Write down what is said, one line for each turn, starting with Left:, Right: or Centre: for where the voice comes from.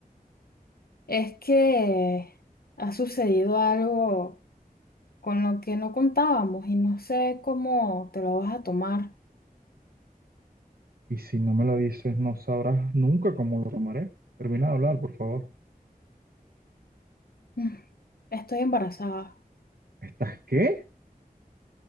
Left: Es que ha sucedido algo con lo que no contábamos y no sé cómo te lo vas a tomar.
Right: Y si no me lo dices, no sabrás nunca cómo lo tomaré. Termina de hablar, por favor.
Left: Mm, Estoy embarazada.
Right: ¿Estás qué?